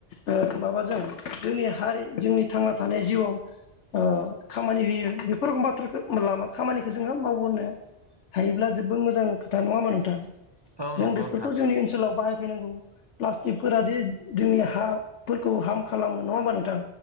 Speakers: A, on the left; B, on the right.
A: ओ माबाजों जोंनि हारि जोंनि थांना थानाय जिउआव ओ खामानि होयो बेफोर बाथ्राखो लाना खामानिखो जोङो मावबोनो थायोब्ला जोबोद मोजां खोथा नङा होमबा नोंथां
B: औ
A: जों
B: नंगौ
A: बेफोरखौ
B: नोंथां
A: जोंनि ओनसोलाव बाहाय फैनांगौ प्लास्टिकफोरा दे जोंनि हाफोरखौ हार्म खालामो नङा होमबा नोंथां